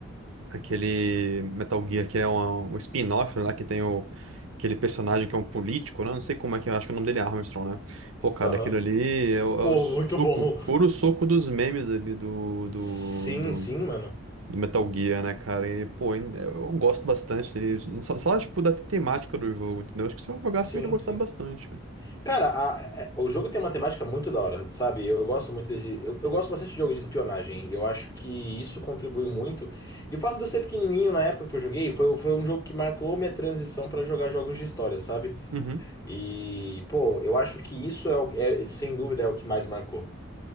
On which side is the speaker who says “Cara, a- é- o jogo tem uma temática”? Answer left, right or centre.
Left